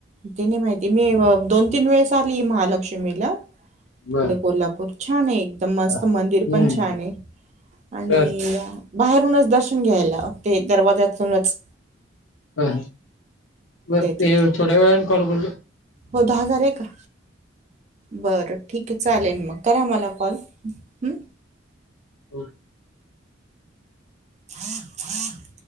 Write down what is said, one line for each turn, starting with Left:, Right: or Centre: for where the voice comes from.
Right: ते नाही माहिती मी दोन तीन वेळेस आली महालक्ष्मीला
Left: बर
Right: तिकडे कोल्हापूर छान आहे एक मस्त
Left: हा हम्म
Right: मंदिर पण छान आहे आणि
Left: बर
Right: बाहेरूनच दर्शन घ्यायला ते दरवाज्याूनच
Left: ह बर ते
Right: तिथं.
Left: थोड्या वेळने कॉल कर
Right: हो दहा हजार आहे का बरं ठीक आहे चालेल मग करा मला कॉल ह
Left: हो
Right: खात खात